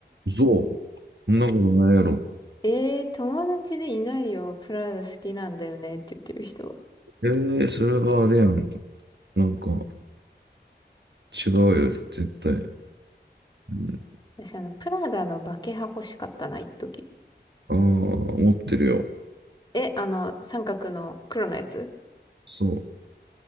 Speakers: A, on the right; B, on the left.
A: そう。そんなことないやろ。
B: えー、友達でいないよ。プラダ好きなんだよねって言ってる人。
A: ええーそれはあれやん。なんか違うよ、絶対。うん
B: 私、あの、プラダのバケハ欲しかったな、一時。
A: ああ、持ってるよ。
B: え、あの、三角の黒のやつ
A: そ